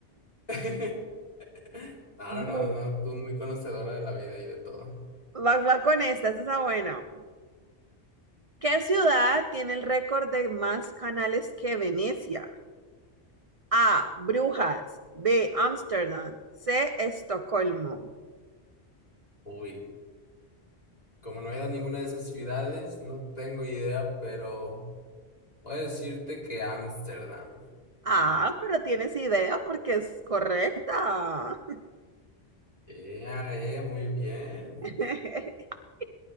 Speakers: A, on the left (about 35°); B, on the right (about 40°).
A: <laughs> No,
B: Va,
A: no, no, tú muy conocedora de la vida y de todo.
B: va con esta, esa está buena. ¿Qué ciudad tiene el récord de más canales que Venecia? A. Brujas. B. Ámsterdam. C. Estocolmo.
A: Uy, como no he ido a ninguna de esas ciudades, no tengo idea, pero voy a decirte que Ámsterdam.
B: Ah, pero tienes idea porque es correcta.
A: Ea, ea, muy bien.
B: <laughs>